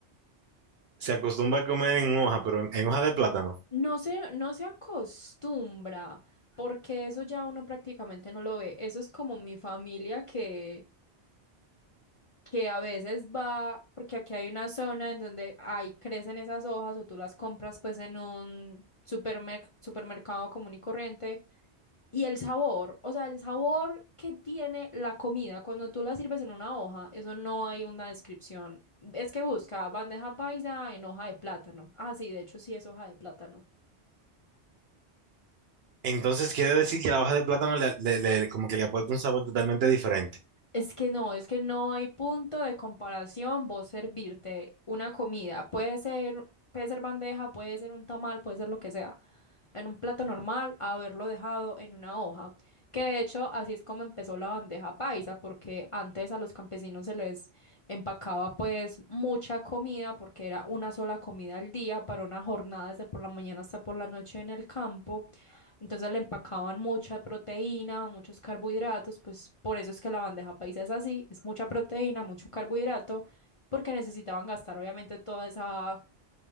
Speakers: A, on the right; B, on the left.
A: Se acostumbra a comer en hoja, pero en, en hoja de plátano.
B: No se, no se acostumbra, porque eso ya uno prácticamente no lo ve. Eso es como mi familia que, que a veces va, porque aquí hay una zona en donde hay, crecen esas hojas o tú las compras pues en un supermer- supermercado común y corriente. Y el sabor, o sea, el sabor que tiene la comida cuando tú la sirves en una hoja, eso no hay una descripción. Es que busca bandeja paisa en hoja de plátano. Ah, sí, de hecho sí es hoja de plátano.
A: Entonces quiere decir que la hoja de plátano le, le- le- como que le aporta un sabor totalmente diferente.
B: Es que no, es que no hay punto de comparación vos servirte una comida. Puede ser, puede ser bandeja, puede ser un tamal, puede ser lo que sea. En un plato normal, haberlo dejado en una hoja. Que de hecho, así es como empezó la bandeja paisa, porque antes a los campesinos se les empacaba pues mucha comida, porque era una sola comida al día para una jornada de por la mañana hasta por la noche en el campo. Entonces le empacaban mucha proteína, muchos carbohidratos, pues por eso es que la bandeja paisa es así, es mucha proteína, mucho carbohidrato, porque necesitaban gastar obviamente toda esa,